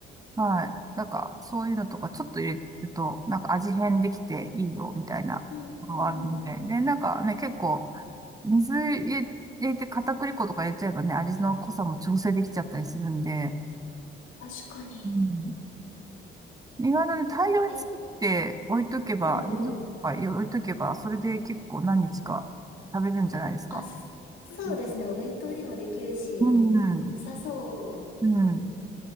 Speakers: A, on the right; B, on the left.
A: はい。なんか、そういうのとかちょっと入れると、なんか味変できていいよ、みたいなのがあるんで。
B: うんうんうん。
A: で、なんかね、結構、水入れ入れて片栗粉とか入れちゃえばね、味の濃さも調整できちゃったりするんで、
B: 確かに。
A: うん
B: うん。
A: 意外とね、大量に作って置いとけば、
B: え、うんうん。
A: 冷蔵庫に置いとけば、それで結構何日か食べるんじゃないですか。
B: あ、そそうですね。
A: うん、
B: お弁当にもできるし、
A: うん。
B: 良さそう。
A: うん